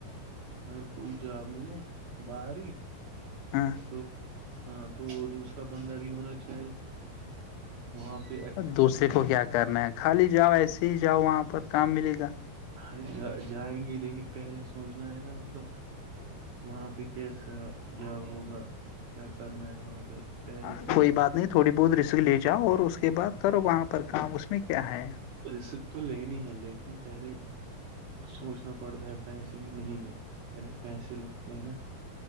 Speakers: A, on the right; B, on the left.
A: اگر کوئی جاب ملے باہر ہی
B: ہاں
A: تو ہاں تو دوسرا بندہ بھی ہونا چاہے وہاں پہ
B: دوسرے کو کیا کرنا ہے خالی جاؤ ایسے ہی جاؤ وہاں پر کام ملے گا
A: ہر جا جائیں گے لیکن پہلے سوچنا ہے نا مطلب وہاں پہ کیسا جاب ہوگا کیا کرنا ہے وہاں پہ پہلے
B: ہاں
A: سے
B: کوئی بات نہیں تھوڑی بہت رسک لے جاؤ اور اس کے بعد سر وہاں پر کام اس میں کیا ہے
A: رسک تو لینی ہے لیکن پہلے سوچنا پڑتا ہے پیسے بھی نہیں ہیں پہلے پیسے لگتے ہیں نا